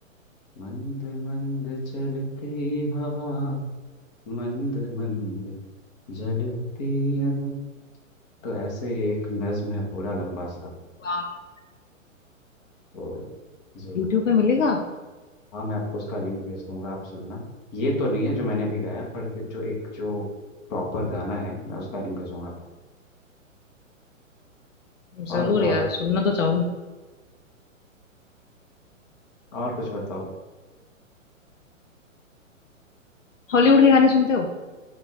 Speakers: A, on the left (about 30°); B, on the left (about 65°).
A: मंद मंद चलती हवा मंद मंद जलती अगन तो ऐसे ही एक नज्म है पूरा लंबा सा
B: वाह
A: तो जी
B: यूट्यूब पे मिलेगा
A: हाँ मैं आपको उसका लिंक भेज दूंगा आप सुनना ये तो नहीं है जो मैंने अभी गाया पर ये जो एक जो प्रॉपर गाना है मैं उसका लिंक भेजूंगा आपको और
B: जरूर
A: बताओ
B: यार
A: आप
B: सुनना तो चाहूंगी
A: और कुछ बताओ
B: हॉलीवुड के गाने सुनते हो